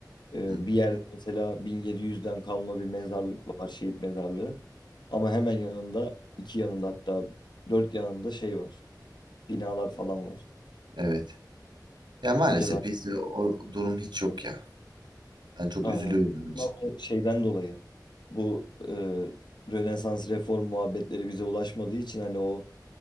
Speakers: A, on the left (about 80°); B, on the right (about 75°).
A: e,
B: Hı hı.
A: bir yerde mesela 1700'den kalma bir mezarlık var, şehit mezarlığı. Ama hemen yanında iki yanında hatta dört yanında şey var. Binalar falan var.
B: Evet. Ya maalesef
A: Ya da
B: bizde o durum hiç yok ya. Ben çok
A: Aynen.
B: üzülüyorum bunun için.
A: Ama Şeyden dolayı bu e, Rönesans reform muhabbetleri bize ulaşmadığı için hani o